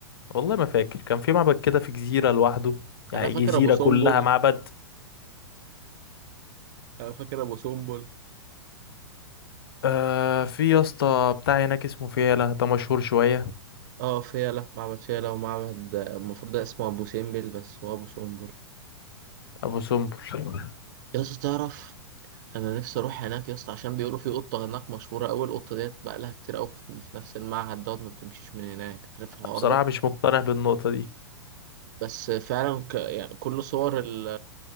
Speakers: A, on the left; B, on the right.
A: والله ما فاكر كان في معبد كده في جزيره لوحده يعني
B: انا فاكر
A: جزيره
B: ابو سمبل
A: كلها معبد
B: انا فاكر ابو سمبل
A: آه في يا اسطى بتاع هناك اسمه فيلة ده مشهور شويه
B: اه فيلة معبد فيلة ومعبد المفروض ده اسمه ابو سمبل بس هو ابو سمبل
A: ابو سمبل
B: يا اسطى تعرف انا نفسي اروح هناك يا اسطى عشان بيقولوا في قطة هناك مشهورة اوي القطة ديت بقى لها كتير اوي في في نفس المعهد دوت ما بتمشيش من هناك عارف الحوار
A: بصراحه
B: ده
A: مش مقتنع بالنقطه دي
B: بس فعلا ك... يعني كل صور ال-